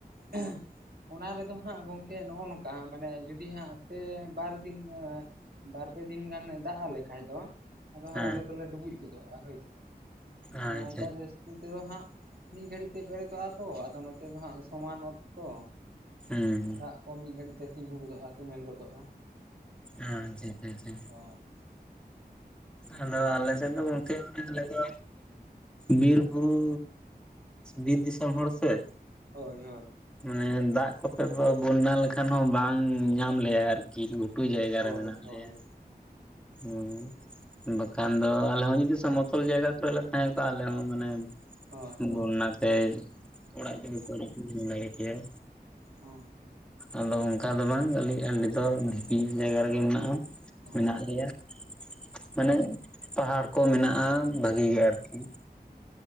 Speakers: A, on the right (about 75°); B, in the centre.
A: <unintelligible> ᱚᱱᱟ ᱨᱮᱫᱚ ᱦᱟᱸᱜ ᱜᱚᱝᱠᱮ ᱱᱚᱜ-ᱚ ᱱᱚᱠᱟ ᱢᱟᱱᱮ ᱡᱩᱫᱤ ᱦᱟᱸᱜ ᱯᱮ ᱵᱟᱨ ᱫᱤᱱ ᱮᱸ ᱵᱟᱨ ᱯᱮ ᱫᱤᱱ ᱜᱟᱱ ᱫᱟᱜ ᱟᱞᱮ ᱠᱷᱟᱡ ᱫᱚ ᱟᱫᱚ ᱦᱟᱸᱜ
B: ᱦᱮᱸ
A: ᱟᱞᱮ ᱫᱚᱞᱮ ᱰᱩᱵᱩᱡ ᱜᱚᱫᱚᱜ-ᱟ ᱦᱳᱭᱥᱮ ᱟᱫᱚ
B: ᱟᱪᱪᱷᱟ
A: ᱚᱱᱠᱟ ᱜᱮ ᱛᱤᱛᱮᱫᱚ ᱦᱟᱸᱜ ᱢᱤᱫ ᱜᱷᱟᱹᱲᱤᱡ ᱛᱮ ᱯᱮᱨᱮᱛᱚᱜ-ᱟ ᱛᱚ ᱟᱫᱚ ᱱᱚ ᱛᱮ ᱫᱚ ᱦᱟᱸᱜ ᱥᱚᱢᱟᱱ ᱚᱛ ᱛᱚ,
B: ᱦᱩᱸ
A: ᱫᱟᱜ ᱠᱚ ᱢᱤᱫ ᱜᱷᱟᱹᱲᱤᱡ ᱛᱮ ᱛᱤᱸᱜᱩ ᱜᱚᱫᱚᱜ-ᱟ ᱛᱩᱢᱮᱞ ᱜᱚᱫᱚᱜ-ᱟ᱾
B: ᱦᱟᱸ ᱪᱮ ᱪᱮ ᱪᱮ᱾
A: ᱚᱸ
B: ᱟᱫᱚ ᱟᱞᱮ ᱥᱮᱫ ᱫᱚ ᱜᱚᱝᱠᱮ <inaudible> ᱟᱞᱮ ᱫᱚ ᱵᱤᱨ-ᱵᱩᱨᱩ ᱵᱤᱨ ᱫᱤᱥᱚᱢ ᱦᱚᱲ ᱥᱮ᱾
A: ᱦᱳᱭ ᱦᱳᱭ
B: ᱢᱟᱱᱮ ᱫᱟᱜ ᱠᱚᱛᱮ ᱫᱚ ᱵᱚᱱᱱᱟ ᱞᱮᱠᱷᱟᱱ ᱦᱚᱸ ᱵᱟᱝ ᱧᱟᱢ ᱞᱮᱭᱟᱭ ᱟᱨ ᱠᱤ ᱜᱷᱩᱴᱩ ᱡᱟᱭᱜᱟ
A: ᱦᱳᱭ
B: ᱨᱮ ᱢᱮᱱᱟᱜ
A: ᱦᱳᱭ
B: ᱞᱮᱭᱟ ᱩᱸ᱾ ᱵᱟᱠᱷᱟᱱ ᱫᱚ ᱟᱞᱮ ᱦᱚᱸ ᱡᱩᱫᱤ ᱥᱚᱢᱚᱛᱚᱞ ᱡᱟᱭᱜᱟ ᱠᱚᱨᱮᱞᱮ ᱛᱟᱦᱮᱸ ᱠᱚᱜᱼᱟ ᱟᱞᱮ ᱦᱚᱸ ᱢᱟᱱᱮ
A: ᱦᱳᱭ ᱦᱳᱭ
B: ᱵᱚᱱᱱᱟ ᱛᱮᱭ ᱚᱲᱟᱜ ᱰᱤᱰᱟᱹ ᱠᱚᱭ <unintelligible> ᱠᱮᱭᱟᱭ᱾
A: ᱚ
B: ᱟᱫᱚ ᱚᱝᱠᱟ ᱫᱚ ᱵᱟᱝ ᱟᱞᱤᱧ ᱟᱹᱰᱤ ᱫᱚ ᱰᱷᱤᱯᱤ ᱡᱟᱭᱜᱟ ᱨᱮᱜᱮ ᱢᱮᱱᱟᱜᱼᱟ᱾
A: ᱦᱳᱭ
B: ᱢᱮᱱᱟᱜ ᱞᱮᱭᱟ, ᱢᱟᱱᱮ ᱯᱟᱦᱟᱲ ᱠᱚ ᱢᱮᱱᱟᱜᱼᱟ ᱵᱷᱟᱹᱜᱤ ᱜᱮ ᱟᱨᱠᱤ᱾